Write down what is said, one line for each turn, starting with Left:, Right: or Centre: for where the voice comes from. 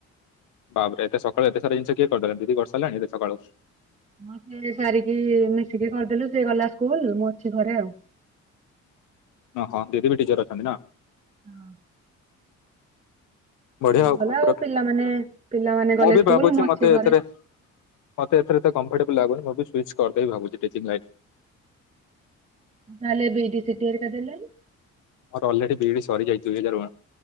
Left: ବାପରେ ଏତେ ସକାଳୁତେ ସ ଜିନଷ କେଏ କର ଦିଦି ଘର୍ଷ ଚାଲାେ ସକାଳୁ
Right: ହଁ ସେ ସାରିକି ମିଶିକି କରିଦେଲୁ ସେ ଗଲା ସ୍କୁଲ ମୁଁ ଅଛି ଘରେ ଆଉ।
Left: ଓ ହଁ ଦିଦି ବି ଟିଚର ଅଛନ୍ତି ନା?
Right: <inaudible>
Left: ବଢିଆ ଆଉ
Right: ଗଲା
Left: କଣ
Right: ପିଲାମାନେ ପିଲାମାନେ ଗଲେ
Left: ମୁଁ ବି
Right: ସ୍କୁଲ
Left: ଭାବୁଛି
Right: ମୁଁ ଅଛି
Left: ମତେ
Right: ଘରେ।
Left: ଏଥିରେ ମତେ ଏଥରେ ତ କମ୍ଫର୍ଟେବଲ ଲାଗୁନି ମୁଁ ବି ସୁଇଚ କରିଦେଇବି ଭାବୁଛି।
Right: ନ ହେଲେ ବିଡି ସିଟି ହେରିକା ଦେଲେନି।
Left: ମୋର ଅଲରେଡି ବିଇଡି ସରି ଯାଇଛି ଦୁଇ ହଜାର